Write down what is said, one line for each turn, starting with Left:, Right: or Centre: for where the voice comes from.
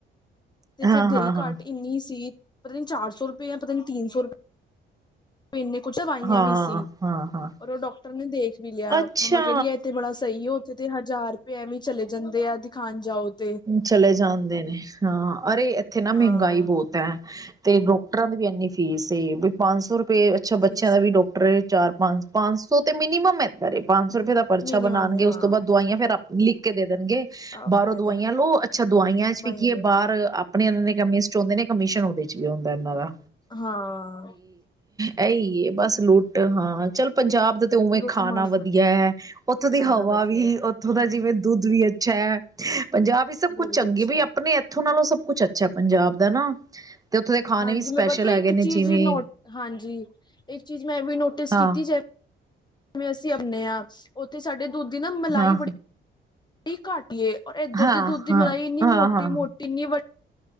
Left: ਤੇ
Right: ਹਾਂ
Left: ਫਿਰ ਦੇਰੀ
Right: ਹਾਂ ਹਾਂ
Left: ਘਾਟ ਇੰਨੀ ਸੀ ਪਤਾ ਨੀ ਚਾਰ ਸੌ ਰੁਪਏ ਜਾਂ ਪਤਾ ਨੀ ਤਿੰਨ ਸੌ ਰੁਪਏ ਇਨੇ ਕੁਝਵਾਈਆਂ
Right: ਹਾਂ
Left: ਵੀ ਸੀ
Right: ਹਾਂ ਹਾਂ
Left: ਔਰ ਉਹ ਡਾਕਟਰ ਨੇ ਦੇਖ ਵੀ ਲਿਆ
Right: ਅੱਛਾ
Left: ਮੰਮਾ ਕਹਦੀਏ ਇਹ ਤੇ ਬੜਾ ਸਹੀ ਉੱਥੇ ਤੇ ਹਜ਼ਾਰ ਰੁਪਏ ਵੀ ਚਲੇ ਜਾਂਦੇ ਆ ਦਿਖਾਉਣ ਜਾਓ। ਤੇ
Right: ਚਲੇ ਜਾਣ ਦੋਨੇ ਹਾਂ ਅਰੇ ਇੱਥੇ ਨਾ ਮਹਿੰਗਾਈ
Left: ਹਾਂ
Right: ਬਹੁਤ ਹੈ। ਤੇ ਡਾਕਟਰਾਂ ਦੀ ਵੀ ਇੰਨੀ ਫੀਸ ਸੀ ਵੀ ਪੰਜ ਸੌ ਰੁਪਏ ਅੱਛਾ ਬੱਚਿਆਂ
Left: ਫੀਸ
Right: ਦਾ ਵੀ ਡਾਕਟਰ ਚਾਰ ਪੰਜ ਪੰਜ ਸੌ ਤੇ ਮਿਨੀਮਮ ਐਧਰ ਏ। ਪੰਜ ਸੌ ਰੁਪਏ ਦਾ ਪਰਚਾ
Left: ਮਿਨੀਮਮ
Right: ਬਣਾਣਗੇ,
Left: ਹੈ
Right: ਔਸ
Left: ਹਾਂ
Right: ਤੋਂ ਬਾਅਦ ਦਵਾਈਆਂ ਫੇਰ ਅਪ ਲਿਖ ਲਿਖ ਕੇ ਦਣਗੇ
Left: ਆਪਣੀਆਂ
Right: ਬਾਹਰੋ ਦਵਾਈਆਂ
Left: ਦੇ
Right: ਲੋ ਅੱਛਾ ਦਵਾਈਆਂ ਚ
Left: ਬਾਈਆਂ
Right: ਵੀ ਕੀ
Left: ਦਾ
Right: ਐ ਬਾਰ ਆਪਣੇ ਐਨਾਂ ਦੇ ਕਮੀਸ਼ਨ ਹੋੰਦੇ ਨੇ ਕਮਿਸ਼ਨ ਔਦੀ ਚੀਏ ਹੁੰਦਾ ਐਨਾਂ ਦਾ।
Left: ਹਾਂ।
Right: ਐਈ ਏ ਬਸ ਲੁੱਟ ਹਾਂ ਚੱਲ ਪੰਜਾਬ ਦਾ ਤੇ ਉਵੇਂ
Left: ਲੁੱਟ
Right: ਖਾਣਾ
Left: ਮਾਰ
Right: ਵਧੀਐ।
Left: ਬਹੁਤ ਹੈ
Right: ਔਥੋਂ ਦੀ
Left: ਖਾਣਾ
Right: ਹਵਾ
Left: ਵਧੀਆ
Right: ਵੀ
Left: ਹੈ।
Right: ਔਥੋਂ ਦਾ ਜਿਵੇਂ ਦੁੱਧ ਵੀ ਅੱਛਾ ਐ। <inaudible> ਪੰਜਾਬ ਈਚ ਸਭ ਕੁੱਛ
Left: ਬੜੀ
Right: ਚੰਗੀ
Left: ਅੱਛਾ
Right: ਏ, ਬਈ ਅਪਣੇ ਐਥੋਂ ਤੇ ਨਾਲੋਂ ਸਭ ਕੁਛ ਅੱਛਾ ਐ ਪੰਜਾਬ ਦਾ ਨਾ। ਤੇ ਉੱਥੋਂ ਦੇ ਖਾਣੇ
Left: ਹਾਂਜੀ,
Right: ਵੀ ਸਪੈਸ਼ਲ
Left: ਮੈ ਪਤਾ
Right: ਹੈਗੇ
Left: ਇੱਕ
Right: ਨੇ
Left: ਚੀਜ਼
Right: ਜਿਵੇਂ
Left: ਨੋਟ ਹਾਂਜੀ ਇੱਕ ਚੀਜ਼ ਮੈਂ ਵੀ ਨੋਟਿਸ
Right: ਹਾਂ
Left: ਕੀਤੀ ਜੈਵ ਜਿਵੇਂ ਅਸੀਂ ਅਉਣੇ ਆਂ ਔਥੇ ਸਾਡੇ ਦੁੱਧ ਦੀ ਨਾ ਮਲਾਈ
Right: ਹਾਂ
Left: ਬੜੀ ਘੱਟ ਈਏ ਔਰ ਐਧਰ
Right: ਹਾਂ
Left: ਦੇ ਦੁੱਧ ਦੀ
Right: ਹਾਂ
Left: ਮਲਾਈ ਇੰਨੀ
Right: ਹਾਂ
Left: ਮੋਟੀ
Right: ਹਾਂ
Left: ਮੋਟੀ, ਇੰਨੀ ਵੱਡ